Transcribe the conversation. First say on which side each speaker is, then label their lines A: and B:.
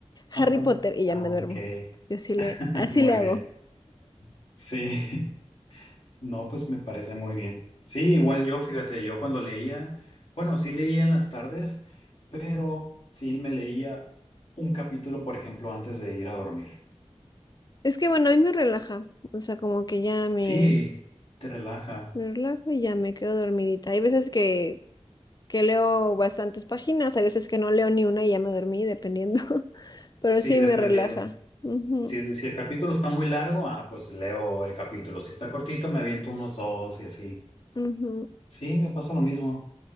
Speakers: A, on the left; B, on the left.
A: Ajá.
B: Harry Potter y
A: Ah,
B: ya me duermo.
A: ok.
B: Yo sí le,
A: <laughs>
B: así
A: Muy
B: le hago.
A: bien. Sí, <laughs> no, pues me parece muy bien. Sí, igual yo, fíjate, yo cuando leía, bueno, sí leía en las tardes, pero sí me leía un capítulo, por ejemplo, antes de ir a dormir.
B: Es que bueno, a mí me relaja, o sea, como que ya me...
A: Sí, te relaja.
B: Me relajo y ya me quedo dormidita. Hay veces que, que leo bastantes páginas, hay veces que no leo ni una y ya me dormí, dependiendo. <laughs> Pero
A: Sí,
B: sí
A: dependiendo.
B: me relaja. Ujú,
A: Si, si el capítulo está muy largo, ah, pues leo el capítulo. Si está cortito, me aviento unos dos y así.
B: ujú.
A: Sí, me pasa lo mismo.